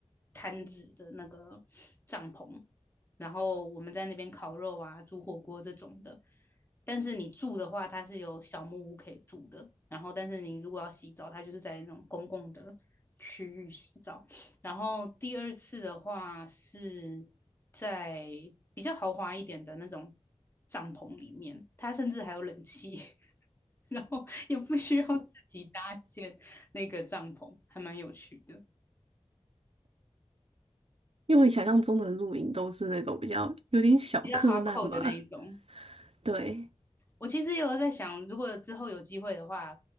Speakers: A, on the left; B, on the right.
A: 摊子的那个帐篷，然后我们在那边烤肉啊、煮火锅这种的。但是你住的话，它是有小木屋可以住的。然后，但是你如果要洗澡，它就是在那种公共的区域洗澡。然后第二次的话是在比较豪华一点的那种帐篷里面，它甚至还有冷气。<laughs> 然后也不需要自己搭建那个帐篷，还蛮有趣的，
B: 因为我想象中的露营都是那种比较有点小客难嘛。
A: 比较 hardcore 的那一种。
B: 对，
A: 我其实也有在想，如果之后有机会的话，